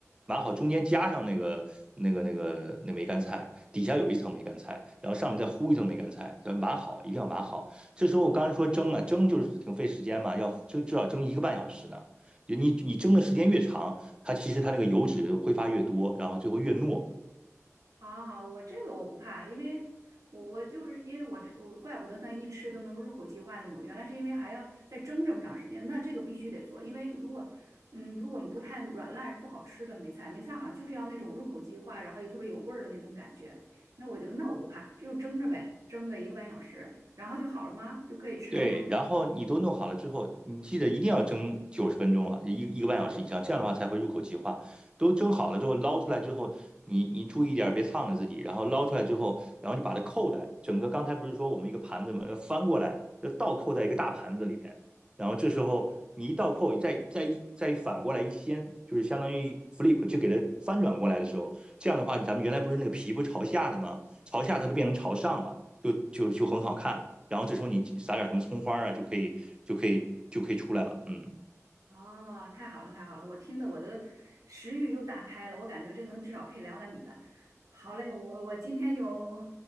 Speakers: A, on the right; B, on the right.
A: 码好中间加上那个那个那个那梅干菜，底下有一层梅干菜，然后上面再糊一层梅干菜，叫码好，一定要码好。这时候我刚才说蒸啊，蒸就是挺费时间嘛，要至至少蒸一个半小时呢。就你你蒸的时间越长，它其实它那个油脂挥发越多，然后最后越糯，
B: 好好好，我这个我不怕，因为我我就是因为我吃我怪不得他一吃都能够入口即化那种，原来是因为还要再蒸这么长时间，那这个必须得做，因为如果嗯如果不太软烂是不好吃的梅菜，梅菜好像就是要那种入口即化，然后又特别有味儿的那种感觉，那我觉得那我不怕，这就蒸着呗，蒸个一个半小时，然后就好了吗？就可以吃了吗？
A: 对，然后你都弄好了之后，你记得一定要蒸九十分钟啊，一一个半小时以上，这样的话才会入口即化。都蒸好了之后，捞出来之后，你你注意一点别烫着自己。然后捞出来之后，然后就把它扣在整个刚才不是说我们一个盘子嘛，要翻过来，要倒扣在一个大盘子里边。然后这时候你一倒扣，再再一再一反过来一掀，就是相当于 flip，就给它翻转过来的时候，这样的话，咱们原来不是那个皮不是朝下的吗？朝下它就变成朝上了。就就就很好看。然后这时候你撒点什么葱花啊，就可以就可以就可以出来了。嗯，
B: 哦，太好了，太好了！我听的我的食欲又大开了，我感觉这能至少配两碗米饭。好嘞，我我今天就